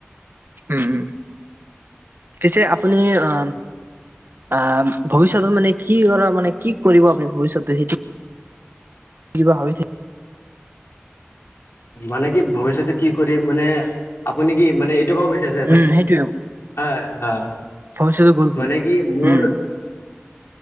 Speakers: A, on the right (about 55°); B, on the left (about 75°).
A: উম, পিছে আপুনি আহ অ' ভৱিষ্যতত মানে কি কৰা মানে কি কৰিব, আপুনি ভৱিষ্যতে? কিব ভাবি থাক
B: মানে কি ভৱিষয়তে কি কৰিম, মানে আপুনি কি মানে এইটো ক'ব বিচাৰিছে আছে
A: উম
B: মানে
A: সেইটোৱে
B: হয়, হয়
A: ভৱিষ্যতৰ গ'ল
B: মানে কি মোৰ
A: উম।